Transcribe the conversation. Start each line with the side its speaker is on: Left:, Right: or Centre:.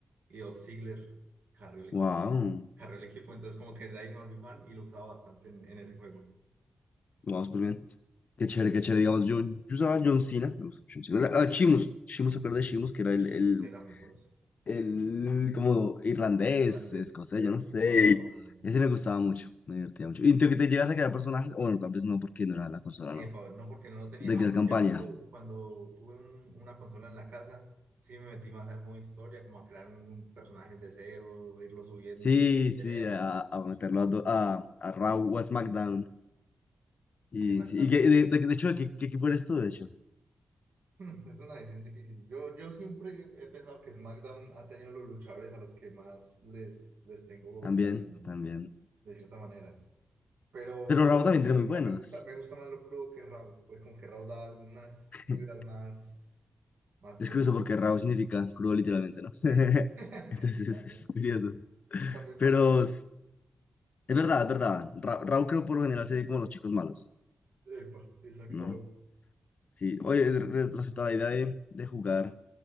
Right: y Dolph Ziggler carrió el equipo.
Left: Wow.
Right: Carrió el equipo, entonces como que desde ahí me volví fan y lo usaba bastante en, en ese juego.
Left: Wow, súper bien. Qué chévere, qué chévere. Digamos, yo, yo usaba John Cena. Me gusta John Cena. Ah, Sheamus. Sheamus, ¿se acuerda de Sheamus? Que era el,
Right: Che,
Left: el,
Right: no sé, era muy poderoso.
Left: el como irlandés,
Right: Irlandés
Left: escocés,
Right: de
Left: yo no sé.
Right: barba roja.
Left: Ese me gustaba mucho. Me divertía mucho. ¿Y tú que te llegas a crear personajes? O Bueno, tal vez no, porque no era la consola,
Right: Epa,
Left: ¿no?
Right: no, porque no lo tenía.
Left: De
Right: Aunque
Left: crear campaña.
Right: ya cuando, cuando tuve un- una consola en la casa, sí me metí más al modo historia, como a crear un personaje de cero, irlo subiendo
Left: Sí,
Right: en
Left: sí,
Right: peleas.
Left: a, a meterlo a, do- a, a Raw o a SmackDown. Y,
Right: Exactamente.
Left: sí, y que- de, de- de hecho, ¿qué, qué equipo eres tú, de hecho?
Right: <laughs> Hmm, Es una decisión difícil. Yo, yo siempre he pensado que SmackDown ha tenido los luchadores a los que más les, les tengo
Left: También,
Right: cariño,
Left: también.
Right: de cierta manera. Pero,
Left: Pero
Right: pero
Left: Rabo
Right: la
Left: también
Right: temática
Left: tiene muy buenos.
Right: me gusta, me gusta más lo crudo que Raw. Pues como que Raw da algunas
Left: <laughs>
Right: vibras más, más
Left: Es
Right: violentas.
Left: curioso porque Rabo significa crudo literalmente, ¿no? <laughs>
Right: Sí, sí,
Left: Entonces
Right: también.
Left: es, es curioso.
Right: En cambio, SmackDown.
Left: Pero es, es verdad, es verdad. Ra- Rabo creo por lo general se ve como los chicos malos,
Right: Epa, exactamente.
Left: ¿no? Sí. Oye, de- de- respecto a la idea de, de jugar